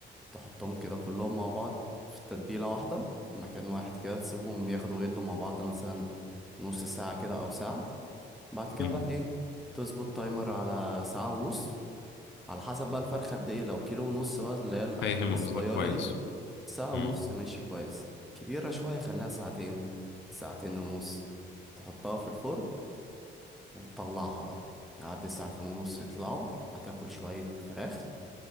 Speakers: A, in the centre; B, on the left.
A: تحطهم كده كلهم مع بعض في تتبيلة واحدة في مكان واحد كده تسيبهم ياخدوا ويدوا مع بعض مثلا نص ساعة كده أو ساعة بعد كده
B: مم.
A: بقى إيه تظبط تايمر على ساعة ونص على حسب بقى الفرخة قد إيه لو كيلو ونص بقى اللي هي الأحجام
B: فاهم
A: الصغيرة
B: قصدك كويس
A: دي ساعة
B: إمم.
A: ونص ماشي كويس كبيرة شوية خليها ساعتين ساعتين ونص تحطها في الفرن وتطلعها بقى يعدي ساعتين ونص يطلعوا هتاكل شوية فراخ